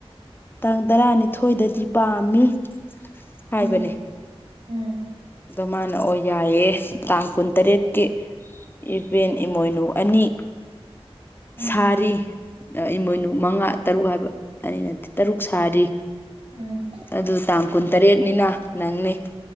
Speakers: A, on the left; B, on the right.
A: ꯇꯥꯡ ꯇꯔꯥꯅꯤꯊꯣꯏꯗꯗꯤ ꯄꯥꯝꯃꯤ ꯍꯥꯏꯕꯅꯦ
B: ꯎꯝ ꯎꯝ
A: ꯑꯗꯣ ꯃꯥꯅ ꯑꯣ ꯌꯥꯏꯌꯦ ꯇꯥꯡ ꯀꯨꯟꯇꯔꯦꯠꯀꯤ ꯏꯕꯦꯟ ꯏꯃꯣꯏꯅꯨ ꯑꯅꯤ
B: ꯎꯝ
A: ꯁꯥꯔꯤ ꯑ ꯏꯃꯣꯏꯅꯨ ꯃꯉꯥꯠ ꯇꯔꯨꯛ ꯍꯥꯏꯕ ꯑꯅꯤ ꯅꯠꯇꯦ ꯇꯔꯨꯛ ꯁꯥꯔꯤ
B: ꯎꯝ
A: ꯑꯗꯨ ꯇꯥꯡ ꯀꯨꯟꯇꯔꯦꯠꯅꯤꯅ ꯅꯪꯅꯤ